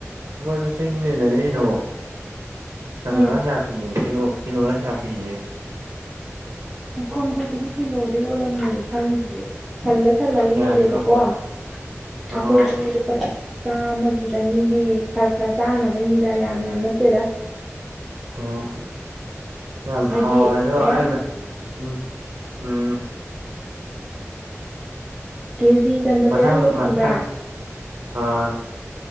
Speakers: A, on the right; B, in the centre.
A: ꯃꯣꯏꯗ ꯆꯤꯡꯗꯩ ꯂꯩꯔꯛꯏꯗꯣ ꯀꯩꯅꯣꯅ
B: ꯎꯝ
A: <unintelligible> ꯄꯤꯌꯦ ꯀꯤꯂꯣ ꯀꯤꯂꯣꯗ ꯀꯌꯥ ꯄꯤꯒꯦ
B: ꯑꯦ ꯈꯣꯝꯁꯦꯄꯤꯗꯤ ꯀꯤꯂꯣꯗ ꯌꫭꯜꯂꯝꯃꯣꯏꯌꯦ ꯈꯪꯗꯤꯌꯦ ꯁꯜꯂ ꯁꯜꯂꯒ
A: ꯀꯌꯥꯅꯣ
B: ꯌꯣꯜꯂꯦꯕꯀꯣ
A: ꯌꯦꯡꯉꯛꯀꯦ
B: ꯑꯩꯈꯣꯏꯗꯤ
A: ꯑꯣ
B: ꯂꯨꯄꯥ ꯆꯥꯝꯃꯒꯤ ꯆꯅꯤꯒꯤ ꯈꯔ ꯈꯔ ꯆꯥꯅꯕꯩꯅꯤꯗ ꯌꯥꯝ ꯌꯥꯝ ꯅꯠꯇꯦꯗ
A: ꯑꯣ ꯌꯥꯝ
B: ꯍꯥꯏꯗꯤ
A: ꯍꯥꯎꯋꯦ ꯑꯗꯣ
B: ꯃꯌꯥꯝ
A: ꯑꯩ ꯎꯝ ꯎꯝ
B: ꯀꯦꯖꯤ ꯆꯟꯕ
A: ꯃꯊꯪ
B: ꯆꯦꯔꯪꯗꯣ ꯈꯪꯕ꯭ꯔꯥ
A: ꯃꯊꯪ ꯑꯥ